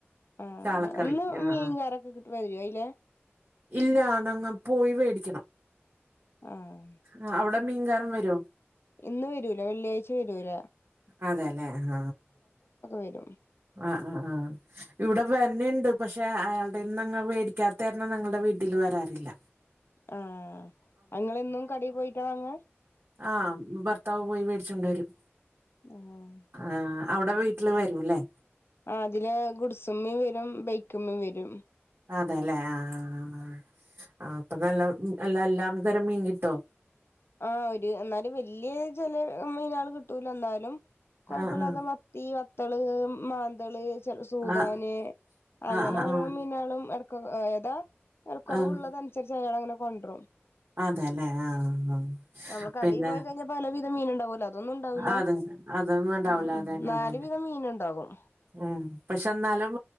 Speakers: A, on the left; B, on the right.
A: ആന്ന്
B: ചാളക്കറി ആഹ്
A: മീൻ
B: ആഹ്
A: കാരൊക്കെ കിട്ട് വരൊ അയ്ല
B: ഇല്ല ന്നങ്ങ പോയി വേടിക്കണം
A: ആഹ്
B: അ അവടെ മീൻകാരൻ വരോ?
A: ഇന്ന് വരൂലാ വെള്ളിയാഴ്ച വരൂലാ
B: അതെല്ലേ ആഹ്
A: വരും
B: ആഹ് ആഹ് ആഹ് ഇവടെ വര്ണ് ണ്ട് പക്ഷെ അയാൾടെന്നങ്ങ വേടിക്കാത്തരണം ന്നങ്ങൾടെ വീട്ടില് വരാറില്ല.
A: ആഹ് അങ്ങളെ എന്നും കടേ പോയിട്ടാ വാങ്ങ
B: ആ ഉം ഭർത്താവ് പോയി വേടിച്ചൊണ്ടരും
A: ആഹ്
B: ആ അവ്ടെ വീട്ട്ല് വരൂല്ലേ
A: ആതിലേ ഗുഡ്സുമ്മിം വരും ബൈക്കുമ്മിം വരും
B: അതെല്ലെ ആ ആ ആ ആ അപ്പൊ നല്ല ഉം എല്ല എല്ലാം തരം മീങ്ങിട്ടോ
A: ആ ഒരുന്നാലും വലിയ ചെല മീനേള് കിട്ടൂലാന്നാലും കൊഴപ്പല്ലാത്ത
B: ആഹ്
A: മത് ത്തി വത്തള് മാന്തള് ചൽ സൂദാന്
B: ആഹ്
A: അങ്ങനെ
B: ആഹ് ആഹ്
A: ഓരോ
B: ആഹ്
A: മീനളും എടക്കൊക് ഏതാ വെലക്കൊറവുള്ളതൻസരിച്ച്
B: ആഹ്
A: അയാൾ അങ്ങനെ കൊണ്ട്രും.
B: അതെല്ലെ ആഹ് ആഹ്
A: നമ്മള് കടയിൽ
B: പിന്നെ
A: പോയി കഴിഞ്ഞാ പലവിധം മീന്ണ്ടാവോല്ലോ അതൊന്നുണ്ടാവൂല
B: അതെ അതൊന്നും ഉണ്ടാവൂല
A: ഉം ഉം
B: അതന്നെ
A: നാല്
B: അതന്നെ
A: വിധം മീന്ണ്ടാകും.
B: ഉം പക്ഷെ ന്നാലും